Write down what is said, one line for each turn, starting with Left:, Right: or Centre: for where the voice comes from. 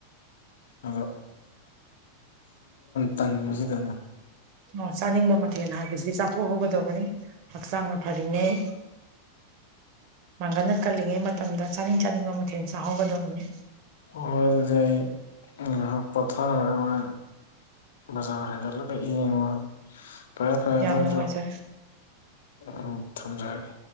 Left: ꯑꯣ ꯇꯟꯕꯁꯤꯗꯅꯦ
Right: ꯑꯣ ꯆꯥꯅꯤꯡꯕ ꯃꯊꯦꯜ ꯍꯥꯏꯕꯁꯤꯗꯤ ꯆꯥꯊꯣꯛꯍꯧꯒꯗꯧꯕꯅꯤ ꯍꯛꯆꯥꯡꯅ ꯐꯔꯤꯉꯩ ꯃꯥꯡꯒꯟ ꯀꯜꯂꯤꯉꯩ ꯃꯇꯝꯗ ꯆꯥꯅꯤꯡ ꯆꯥꯅꯤꯡꯕ ꯃꯊꯦꯜ ꯆꯥꯍꯧꯒꯗꯕꯅꯦ
Left: ꯍꯣꯏ ꯑꯗꯨꯗꯤ ꯑꯩ ꯉꯥꯏꯍꯥꯛ ꯄꯣꯊꯥꯔꯒ ꯕꯖꯥꯔ ꯍꯦꯟꯒꯠꯂꯒ ꯌꯦꯡꯉꯣ ꯐꯔꯦ ꯐꯔꯦ
Right: ꯌꯥꯝ
Left: ꯑꯗꯨ
Right: ꯅꯨꯡꯉꯥꯏꯖꯔꯦ
Left: ꯎꯝ ꯊꯝꯖꯔꯤꯒꯦ